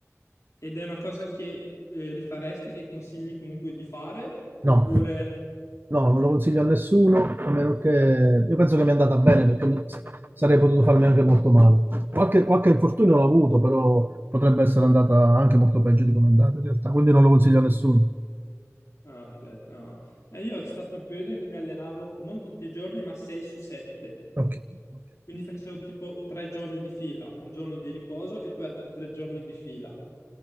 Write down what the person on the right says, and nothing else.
No,
no, non lo consiglio a nessuno, a meno che... Io penso che mi è andata bene, perché mi- sarei potuto farmi anche molto male. Qualche, qualche infortunio l'ho avuto, però potrebbe essere andata anche molto peggio di come è andata in realtà, quindi non lo consiglio a nessuno.
Ok, ok.